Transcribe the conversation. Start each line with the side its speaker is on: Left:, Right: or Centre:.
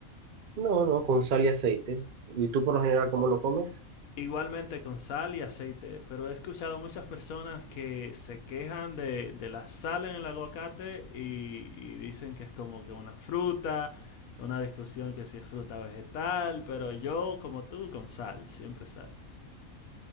Right: No, no, con sal y aceite. ¿Y tú por lo general cómo lo comes?
Left: Igualmente con sal y aceite, pero he escuchado muchas personas que se quejan de, de la sal en el aguacate y, y dicen que es como que una fruta, una discusión que si es fruta o vegetal, pero yo como tú con sal, siempre sal.